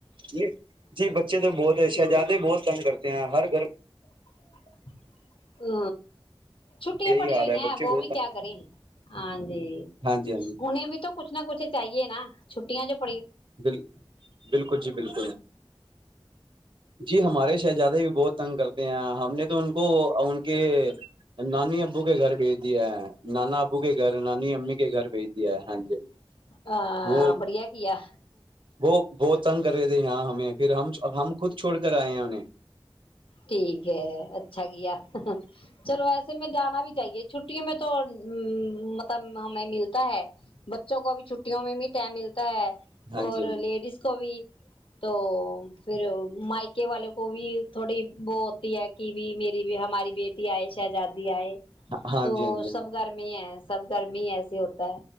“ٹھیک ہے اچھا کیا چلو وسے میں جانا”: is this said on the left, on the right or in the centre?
Left